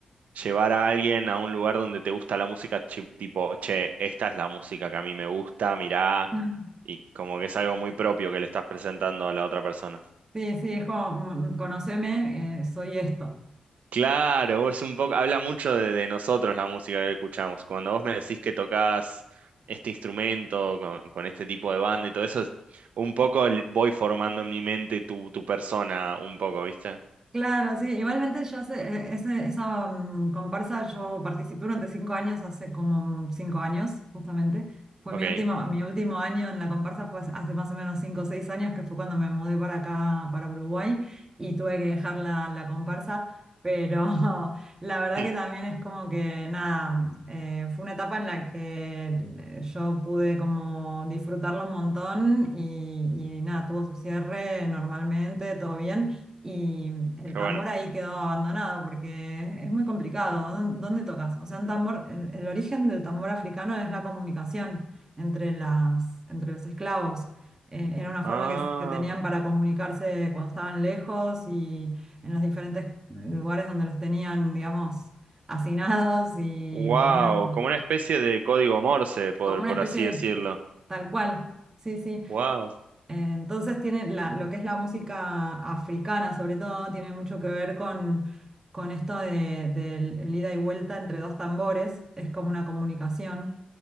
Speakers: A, on the right; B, on the right.
A: llevar a alguien a un lugar donde te gusta la música, chi- tipo, che, esta es la música que a mí me gusta, mirá.
B: <laughs>
A: Y como que es algo muy propio que le estás presentando a la otra persona.
B: Sí, sí, es como, mm, conóceme, eh, soy esto.
A: Claro, es un poco, habla mucho de, de nosotros la música que escuchamos. Cuando vos me decís que tocas este instrumento con, con este tipo de banda y todo eso, es un poco el- voy formando en mi mente tu, tu persona, un poco, ¿viste?
B: Claro, sí, igualmente yo hace- eh, ese- esa mm, comparsa yo participé durante cinco años, hace como cinco años justamente. Fue
A: Ok,
B: mi último, mi último año en la comparsa fue hace hace más o menos cinco o seis años, que fue cuando me mudé para acá, para Uruguay, y tuve que dejar la, la comparsa, pero <laughs> la verdad
A: Hmm,
B: que también es como que nada, eh, fue una etapa en la que eh, yo pude como disfrutarlo un montón y, y nada, tuvo su cierre normalmente, todo bien. Y el
A: qué
B: tambor
A: bueno.
B: ahí quedó abandonado porque es muy complicado. ¿Dón- ¿Dónde tocas? O sea, un tambor, el, el origen del tambor africano es la comunicación entre las, entre los esclavos. Eh, era una
A: Ah,
B: forma que, s- que tenían para comunicarse cuando estaban lejos y en los diferentes eh, lugares donde los tenían, digamos, hacinados y
A: wow,
B: podían,
A: como una especie de código Morse, por,
B: como una
A: por
B: especie
A: así
B: de-
A: decirlo.
B: tal cual. Sí, sí.
A: Wow,
B: Entonces tiene la- lo que es la música africana, sobre todo, tiene mucho que ver con, con esto de, del el ida y vuelta entre dos tambores, es como una comunicación.